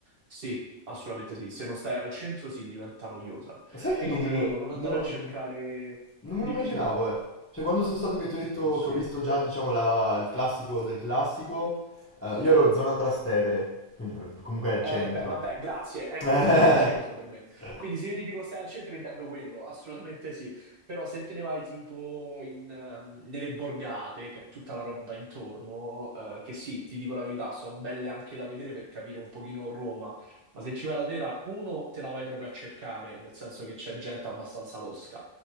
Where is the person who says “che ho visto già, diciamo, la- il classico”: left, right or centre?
Left